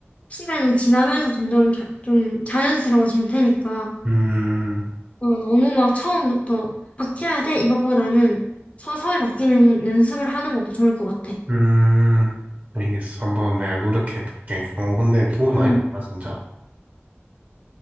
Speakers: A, on the left; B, on the right.
A: 시간이 지나면서 점점 자- 좀 자연스러워질 테니까
B: 음,
A: 어, 너무 막 처음부터 바뀌어야 돼 이것보다는 서서히 바뀌는 연습을 하는 것도 좋을 것 같아.
B: 음. 알겠어. 한번 내가 노력해볼게. 어, 근데 도움이
A: 음.
B: 많이 됐다, 진짜.